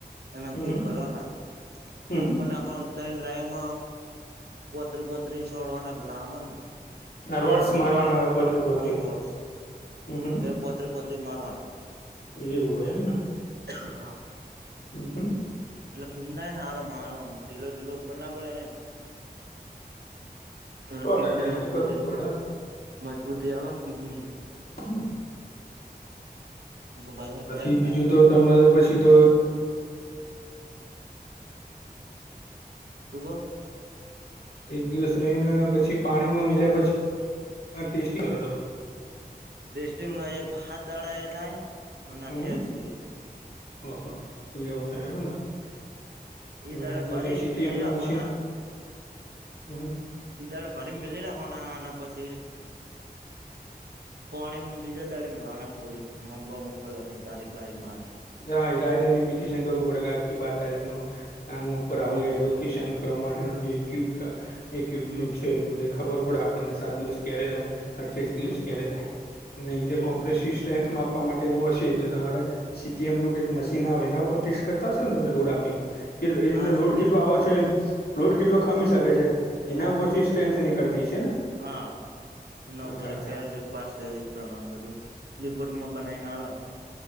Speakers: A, on the right; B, on the left.
A: એના
B: હમ
A: ક્યુબ
B: હમ
A: ભરવાના
B: હમ
A: ક્યુબમાંનાખવા...
B: હમ
A: ત્રળ રાયમ પોતરી પોતરી છોડવાના પેલા આવે ને?
B: અરવાડસ મારવાના... પોતરી
A: હા,
B: પોતરી
A: રોડસ...
B: હમ હમ
A: એ પોતરી પોતરી મારવાના,
B: એવું હોય એમને
A: હા.
B: <inaudible>
A: એટલે ખુંડાાય ને સારો માલો આમ ઢીલો ઢીલો ઉપર ના પડે ને? એ
B: સો
A: ક્યુબની
B: ટકા એક
A: મજબૂતી
B: તો કરવું જ પડે
A: મજબૂતી આવ ન ક્યુબની...
B: હમ્મ.
A: પાછા
B: પછી
A: ફેલ થાય
B: બીજું તો તમારે પછી તો...
A: <unintelligible>
B: એક દિવસ રહીને પછી પાણીમાં મીલ્યા પછી, ટેસ્ટી કરો તમે...
A: ટેસ્ટિંગ આ એક હાત દાડા એ થાય. અને
B: હમ
A: <unintelligible> દિ એ થાય.
B: ઓહો! એવું સે એમને! હમ્મહ
A: દાડે ભરીને
B: એ તો સી ટી
A: મેલી
B: એમ ના
A: રાખવાના
B: મશીન, હમ્મ.
A: ઈ દાડે પરી મિલી રાખવાના અને પછી પોણીમ બીજા દાડે મેલવાના ખોલીન, <unintelligible> બોમ ઉપર લખીન, તારીખ બારીક મારીન.
B: <unintelligible> આઈડેન્ટિફિકેશન કરવું પડે કે આખી બાર તારીખ નું. આનું ઉપર આવ
A: હમ
B: રહેલું <unintelligible> પ્રમાણે નો જે ક્યુબ એ ક્યુબ
A: હમ
B: <unintelligible> ખબર પડે આપણને, સાત દિવસ ક્યારે થાય. <unintelligible> ત્રીસ
A: હમ
B: દિવસ ક્યારે થાય. અને ઈ જે
A: હમ
B: કોમ્પ્રેસિવ સ્ટ્રેન્થ મા આપવા માટેનું હશે એટલે તમારે સી ટી એમ નું કંઈક મશીન આવે એના ઉપર ટેસ્ટ કરતા હશો ને તમે લોડ આપીને? કેટલે
A: હા
B: એટલે લોડ
A: સીટીએમ
B: કેટલો આવો છે એમ? લોડ કેટલો ખમી શકે છે. એના ઉપરથી સ્ટ્રેન્થ એ નીકળતી છે ને?
A: હા. એના ઉપર
B: અચ્છા
A: <unintelligible>
B: અચ્છા
A: પાસ દે ઈ પ્રમાણે બધું, રિપોર્ટમાં બનાઈને આલા.